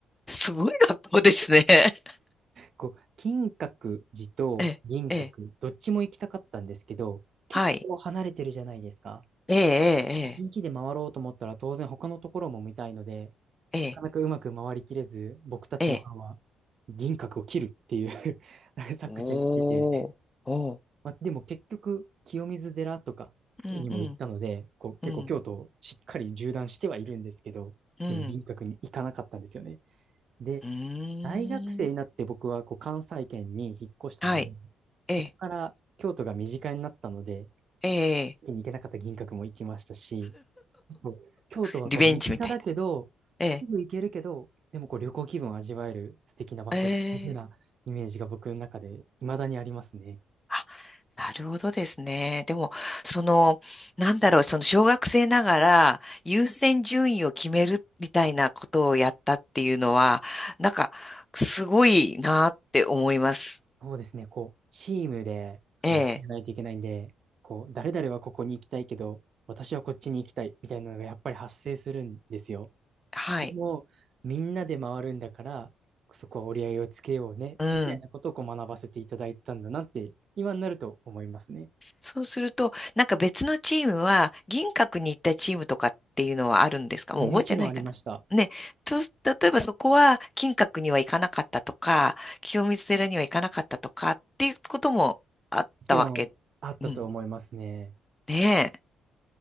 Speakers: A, on the left; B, on the right.
A: すごい学校ですね。<laughs>
B: こう、金閣寺と銀閣、
A: ええ、ええ。
B: どっちも行きたかったんですけど、結構離れてるじゃないですか。
A: はい。ええ、
B: 一日で回ろうと思ったら当然他のところも見たいので、
A: ええ、ええ、
B: なかなかうまく回りきれず、僕たちの班は
A: ええ。ええ
B: 銀閣を切るっていう <laughs> 作戦に出て、
A: おー、おー。
B: まあ、でも結局、清水寺とかにも行ったので、
A: うん、うん、
B: こう結構京都をしっかり縦断してはいるんですけど、
A: うん、うん。
B: でも輪郭に行かなかったんですよね。で、
A: うーん。
B: 大学生になって僕はこう関西圏に引っ越したので、
A: はい。
B: そこから京都が身近になったので、
A: ええ、ええ。
B: 行けなかった銀閣も行きましたし、こう京都はこう身近だけど、
A: リベンジみたいな。ええ、
B: すぐ行けるけど、でもこう旅行気分を味わえる素敵な場所っていう風なイメージが僕の中で未だにありますね。
A: ええ。あ、なるほどですね。でも、その、なんだろう、その小学生ながら優先順位を決めるみたいなことをやったっていうのは、
B: あ
A: なんか、すごいなって思います。
B: そうですね、こう、チームで、その、
A: ええ、
B: 決めないといけないんで、こう、誰々はここに行きたいけど、私はこっちに行きたい、みたいなのがやっぱり発生するんですよ。
A: はい。
B: でも、みんなで回るんだから、そこは折り合いをつけようね、
A: うん。
B: みたいなことをこう学ばせていただいたんだなって、今になると思いますね。
A: そうすると、なんか別のチームは、銀閣に行ったチームとかっていうのはあるんですかもう覚えてないかな。
B: もちろんありました。
A: ね、そうす、例えばそこは金閣には行かなかったとか、清水寺には行かなかったとかっていうこともあったわけ。
B: もちろんあったと思いますね。
A: うん。ねえ、